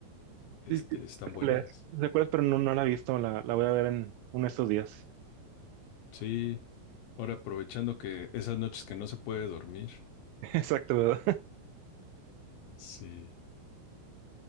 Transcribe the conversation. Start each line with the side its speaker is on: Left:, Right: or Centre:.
Left: este,
Right: sí, sí,
Left: están
Right: sé
Left: buenas.
Right: cuál es, sé cuál es, pero no, no la he visto, la, la voy a ver en uno de estos días.
Left: Sí. Ahora aprovechando que esas noches que no se puede dormir.
Right: <laughs> Exacto, ¿verdad?
Left: Sí,